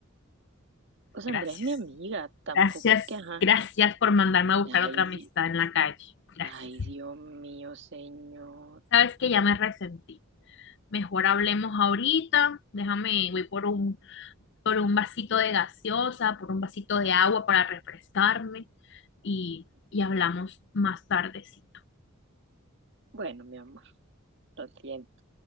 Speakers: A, on the right; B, on the left.
A: O sea,
B: Gracias.
A: Andrea es mi amiga, tampoco
B: Gracias,
A: es que, ajá.
B: gracias por mandarme a buscar
A: Ay,
B: otra amistad
A: di-
B: en la calle. Gracias.
A: ay, Dios mío, señor.
B: Sabes que ya me resentí. Mejor hablemos ahorita. Déjame, voy por un, por un vasito de gaseosa, por un vasito de agua para refrescarme y, y hablamos más tarde, sí.
A: Bueno, mi amor, lo siento.